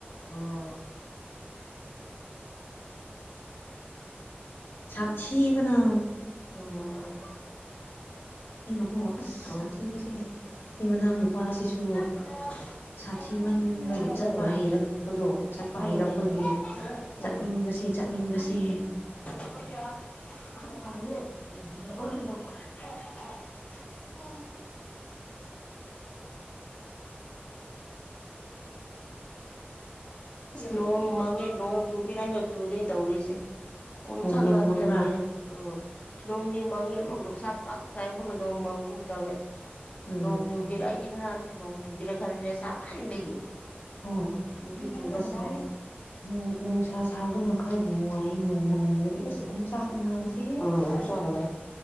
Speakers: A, on the left; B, on the left.
A: ꯑꯣ
B: ꯁꯥꯊꯤꯕꯅꯥ
A: ꯎꯝ
B: ꯑꯣ ꯑꯁ
A: ꯎꯝ
B: ꯁꯥꯊꯤꯕꯁꯦ ꯁꯤ ꯃꯅꯥꯎ ꯅꯨꯄꯥꯁꯤꯁꯨ
A: <unintelligible>
B: ꯁꯥꯊꯤ ꯃꯟꯕꯒꯤ
A: ꯑꯗꯨꯅꯅꯦ
B: ꯆꯠꯄ ꯍꯩꯔꯛꯄꯗꯣ ꯆꯠꯄ
A: ꯈꯪꯗꯦ
B: ꯍꯩꯔꯛꯄꯒꯤ ꯆꯠꯅꯤꯡꯕꯁꯤ
A: ꯎꯝ
B: ꯆꯠꯅꯤꯡꯕꯁꯤ
A: <unintelligible>
B: ꯕꯦ <inaudible>
A: ꯅꯣꯡ ꯃꯪꯉꯦ ꯅꯣꯡ ꯆꯨꯒꯦꯔꯁꯨ ꯆꯨꯗꯦ ꯇꯧꯔꯤꯁꯦ ꯑꯣꯝ
B: ꯑꯣ
A: ꯆꯥꯛ
B: ꯅꯣꯡ
A: ꯅꯥꯕꯗ
B: ꯃꯪꯕ꯭ꯔꯥ
A: ꯂꯣꯏꯔꯦ ꯎꯝ ꯅꯣꯡꯒꯤ ꯃꯥꯡꯉꯦ ꯑꯃꯐ ꯁ ꯄꯥꯛ ꯆꯥꯏꯕꯒꯣ ꯅꯣꯡ ꯃꯥꯡꯕꯒꯨꯝ ꯇꯧꯋꯦ
B: ꯎꯝ
A: ꯅꯣꯡ ꯆꯨꯒꯦꯔ ꯑꯩꯗꯤ ꯉꯔꯥꯡ ꯅꯣꯡ ꯆꯨꯒꯦꯔ ꯈꯟꯕꯅꯤ ꯁꯥꯃꯟꯕꯒꯤ
B: ꯍꯣꯏ
A: ꯆꯨꯗꯤ ꯆꯨꯔꯛꯇ꯭ꯔꯦ
B: ꯑꯁ ꯎꯝ ꯅꯨꯡꯁꯥ ꯁꯥꯕꯅ ꯈꯔꯕꯨ ꯅꯨꯡꯉꯥꯏ ꯅꯣꯡꯃꯪꯕꯗꯤ ꯑꯁ ꯑꯣꯝꯆꯥꯛ ꯅꯥꯕꯁꯦ
A: ꯎꯝ ꯆꯪꯉꯦ